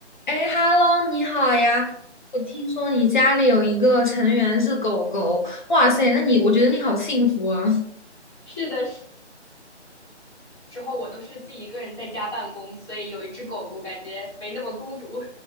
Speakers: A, on the left; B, in the centre.
A: 哎，Hello，你好呀！我听说你家里有一个成员是狗狗，哇塞，那你我觉得你好幸福啊！
B: 是的时时候，我都是自己一个人在家办公，所以有一只狗狗，感觉没那么孤独。